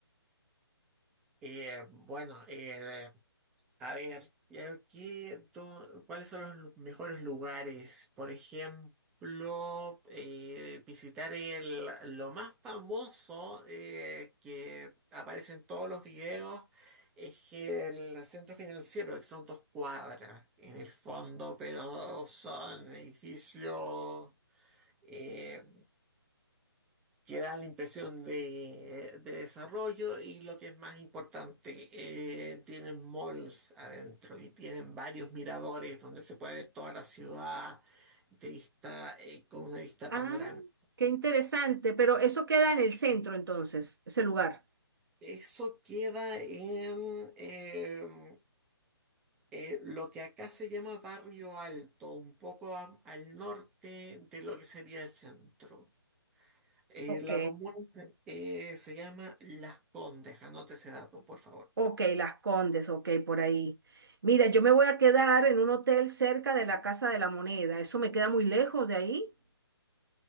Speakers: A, in the centre; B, on the right.
A: Eh, bueno, eh, a ver, eh, ¿qué, do- cuáles son los lu- mejores lugares? Por ejemplo, eh, visitar el, lo más famoso eh, que aparece en todos los videos es el centro financiero, que son dos cuadras en el fondo, pero son edificios eh, que dan la impresión de, de desarrollo y lo que es más importante, eh, tienen malls adentro y tienen varios miradores donde se puede ver toda la ciudad de vista, eh, con una vista
B: Ah,
A: panorámica.
B: qué interesante, pero eso queda en el centro entonces, ese lugar.
A: Eso queda en eh, eh, lo que acá se llama Barrio Alto, un poco a- al norte de lo que sería el centro. Eh,
B: Ok,
A: la comuna se, eh, se llama Las Condes, anótese ese dato, por favor.
B: ok, Las Condes, ok, por ahí. Mira, yo me voy a quedar en un hotel cerca de la Casa de la Moneda, eso me queda muy lejos de ahí.